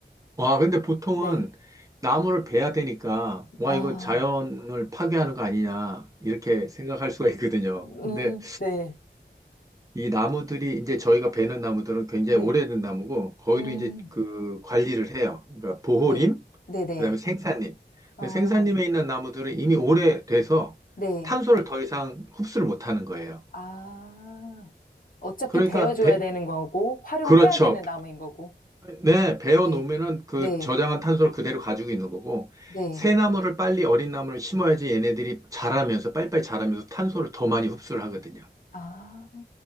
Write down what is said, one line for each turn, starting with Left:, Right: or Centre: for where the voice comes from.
Right: 와, 근데 보통은
Left: 네.
Right: 나무를 베야 되니까, 와,
Left: 아,
Right: 이거 자연을 파괴하는 거 아니냐, 이렇게 생각할 수가 있거든요.
Left: 음,
Right: 근데
Left: 네.
Right: 이 나무들이, 이제 저희가 베는 나무들은 굉장히
Left: 네.
Right: 오래된 나무고, 거기도
Left: 음,
Right: 이제 그 관리를 해요. 그러니까 보호림,
Left: 네. 네네.
Right: 그다음에 생산림.
Left: 어,
Right: 근데 생산림에 있는 나무들은 이미 오래돼서
Left: 네.
Right: 탄소를 더 이상 흡수를 못하는 거예요.
Left: 아. 어차피
Right: 그러니까
Left: 베어줘야
Right: 배,
Left: 되는 거고, 활용을
Right: 그렇죠.
Left: 해야 되는 나무인 거고.
Right: 네, 베어
Left: 네,
Right: 놓으면은 그
Left: 네,
Right: 저장한 탄소를 그대로 가지고 있는 거고,
Left: 네.
Right: 새 나무를 빨리 어린 나무를 심어야지 얘네들이 자라면서, 빨리빨리 자라면서 탄소를 더 많이 흡수를 하거든요.
Left: 아,